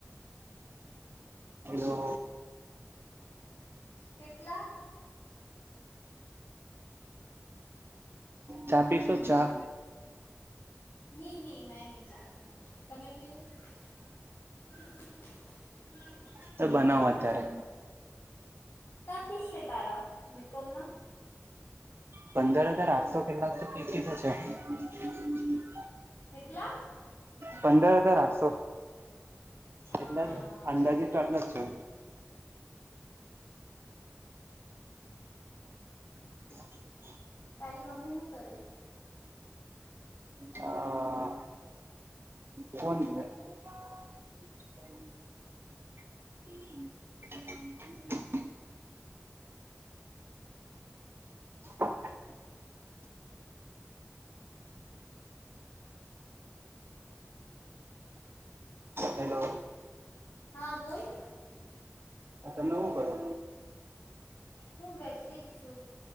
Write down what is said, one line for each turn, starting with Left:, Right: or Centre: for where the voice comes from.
Right: હલો.
Left: કેટલા
Right: ચા પી શો ચા.
Left: ની ની મેં ની ચા તમે <unintelligible>
Right: તો બનાવો
Left: ફીસ
Right: અત્યારે
Left: પીસ છે તારા બીકોમ માં
Right: પંદર હજાર આઠસો કેટલાક તો પીસી છે. <inaudible>
Left: કેટલા?
Right: પંદર આઠસો
Left: હા
Right: એટલે અંદાજિત તો આટલા જ છે.. <inaudible>
Left: તારી મમ્મી હું કરે?
Right: હા. <unintelligible> <inaudible> હેલો.
Left: હા બોલ.
Right: તમે હું કરો?
Left: હું બેસલી જ છું